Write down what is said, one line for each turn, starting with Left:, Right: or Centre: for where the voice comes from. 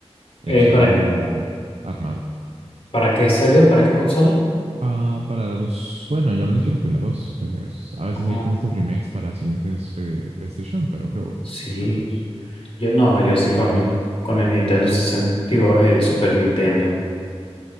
Right: El
Left: eh,
Right: Shadow
Left: ¿para,
Right: eh, armado.
Left: para qué salió? ¿Para qué consola?
Right: Ah, para la 2 bueno, ya al menos yo lo jugué en la dos Es- a veces
Left: Ajá.
Right: hay como estos remakes para siguientes P- PlayStation, pero creo
Left: Sí,
Right: que fue la dos
Left: yo no,
Right: Jugué,
Left: yo sí con, con el Nintendo 60, digo, el Super Nintendo.